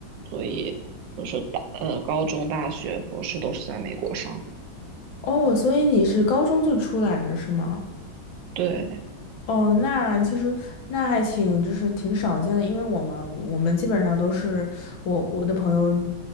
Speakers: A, on the right (about 75°); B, on the left (about 75°).
A: 所以就是大呃高中、大学、博士都是在美国上的。
B: 哦，所以你是高中就出来了，是吗？
A: 对，
B: 哦，那其实那还挺，就是挺少见的，因为我们我们基本上都是我我的朋友